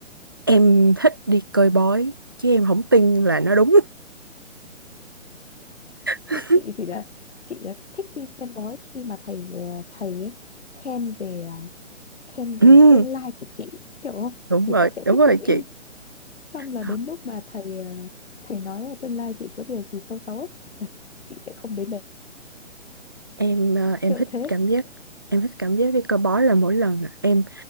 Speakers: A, on the right; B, on the left.
A: em thích đi coi bói, chứ em không tin là nó đúng. <laughs>
B: thế chị thì là chị là thích đi xem bói khi mà thầy ờ, thầy ấy khen về ờ, khen
A: Ừ,
B: về tương lai của chị kiểu không
A: đúng
B: thì
A: rồi,
B: chị sẽ
A: đúng
B: tiếp
A: rồi
B: tục
A: chị.
B: đi xong là
A: Ờ,
B: đến lúc mà thầy ờ, thầy nói là tương lai chị có điều gì xấu xấu ấy, là chị sẽ không đến đấy
A: Em ờ, em
B: kiểu
A: thích
B: thế
A: cảm giác em thích cảm giác đi coi bói là mỗi lần à. em